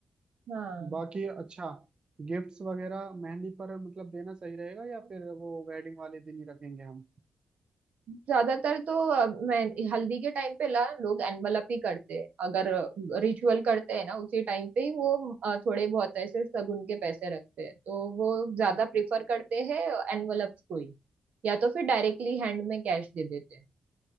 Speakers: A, on the right; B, on the right.
A: हाँ
B: बाकी अच्छा गिफ्ट्स वगैरह मेहंदी पर मतलब देना सही रहेगा या फिर वो वेडिंग वाले दिन ही रखेंगे हम
A: ज्यादातर तो अ, मैं हल्दी के टाइम पे ला लोग एनवलप ही करते हैं अगर रिचुअल करते हैं ना उसी टाइम पे ही वो अ, थोड़े बहुत ऐसे शगुन के पैसे रखते हैं तो वो ज्यादा प्रिफर करते हैं एनवलप को ही या तो फिर डायरेक्टली हैंड में कैश दे देते हैं